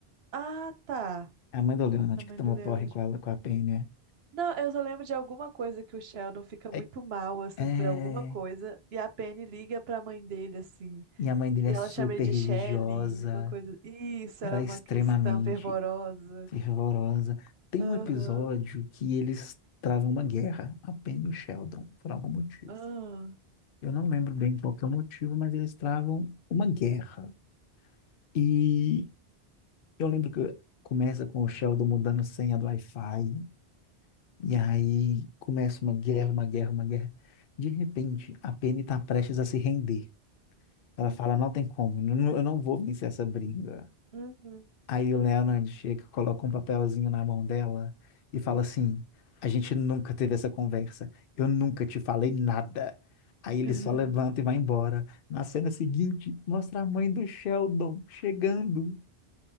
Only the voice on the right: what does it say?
Ah, tá.
A
mãe
do Leonard.
Não, eu só lembro de alguma coisa que o Sheldon fica
muito mal, assim,
por alguma coisa, e a Penny liga pra mãe dele, assim,
e
ela
chama ele de
Shelley, uma coisa. Isso,
ela é
uma
cristã fervorosa.
Aham,
ah,
hum,
uhum.
<laughs>